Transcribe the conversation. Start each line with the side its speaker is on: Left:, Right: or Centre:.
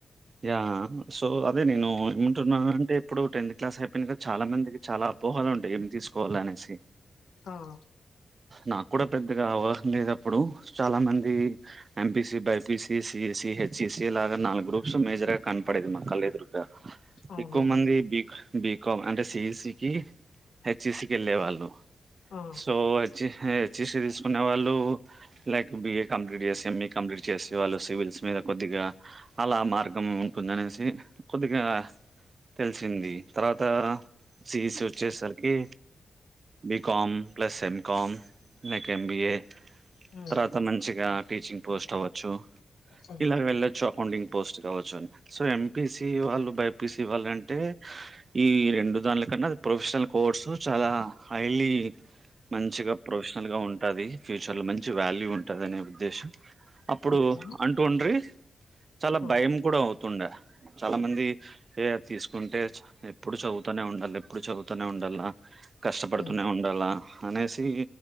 Right: యా సో అదే నేను ఏమంటున్నా అంటే ఇప్పుడు టెన్త్ క్లాస్ అయిపోయినా కదా చాలా మంది. చాలా అపోహాలు ఉంటాయి ఏమి తీసుకోవాల అనేసి.
Left: ఆవ్
Right: నాకు కూడా పెద్దగా అవాహన లేదు అప్పుడు చాలా మంది ఎంపీసి బైపిసి సిఈసి హెచ్సిసి లాగా నాలుగు గ్రూప్స్ మేజర్. కనపడేది మా కళ్ళు ఎదురుగా
Left: అవునవును
Right: ఎక్కువ మంది బీక్ బీక్ కం. అంటే సిఈసికి హెచ్ఈసికి వెళ్ళే వాళ్ళు
Left: ఆ
Right: సో హెచ్సి తీసుకునే వాళ్ళు లైక్ బిఏ కంప్లీట్ చేసి ఎంఈ కంప్లీట్ చేసి. వాళ్ళు సివిల్స్ మీద కొద్దిగా అలా మార్గం ఉంటుందనేసి కొద్దిగా. తెలిసింది. తర్వాత సిఈసి వచ్చేసరికి బికమ్ ప్లస్ ఎం కామ్ లేక్ ఎంబీఏ
Left: హ్మ్
Right: తర్వాత మంచిగా టీచింగ్ పోస్ట్ అవ్వచ్చు.
Left: హ్మ్
Right: ఇలా వెళ్ళొచ్చు. ఫౌండింగ్ పోస్ట్ కావచ్చు అని సో ఎంపీసి వాళ్ళు బైపీసి వాళ్ళు అంటే. ఈ రెండు దాన్లకన్నా ప్రొఫెషనల్ కోర్సు చాలా హైలీ మంచిగా ప్రొఫెషనల్ గా ఉంటది ఫ్యూచర్లో మంచి వ్యాల్యూ ఉంటది అనే ఉద్దేశం. అప్పుడు
Left: ఓకే
Right: అంటూండ్రి చాలా
Left: ఆ
Right: భయం కూడా అవు తుండ చాలా మంది ఏ తీసుకుంటే ఎప్పుడు చదువుతానే ఉండాలి ఎప్పుడు చదువుతూనే ఉండాల కష్టపడుతూనే
Left: హ్మ్
Right: ఉండాలా అనేసి